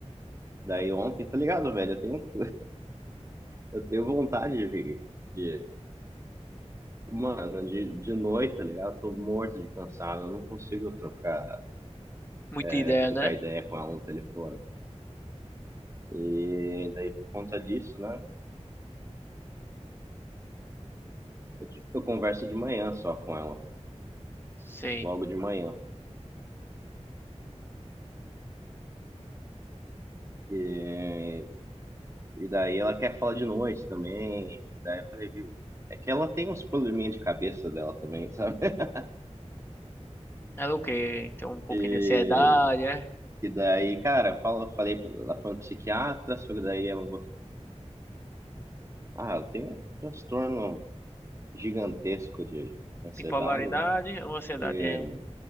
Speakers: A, on the right (about 25°); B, on the left (about 20°).
A: daí ontem, tá ligado, velho? Eu tenho, eu tenho vontade de, ver- de. Mano, de, de noite, tá ligado? Tô morto de cansado. Eu não consigo trocar,
B: Muita
A: é,
B: ideia,
A: trocar
B: né?
A: ideia com ela no telefone. E daí, por conta disso, né? Eu, tipo, eu converso de manhã só com ela,
B: Sim.
A: logo de manhã. E, e daí ela quer falar de noite também. Daí eu falei, viu? É que ela tem uns probleminha de cabeça dela também, sabe? <laughs>
B: Ela o quê? Tem um pouquinho
A: E,
B: de ansiedade, é?
A: e daí, cara, fala, falei, pra- ela foi no psiquiatra, só que daí ela, falou, ah, eu tenho um transtorno gigantesco de ansiedade,
B: Bipolaridade
A: né?
B: ou ansiedade?
A: E,
B: É.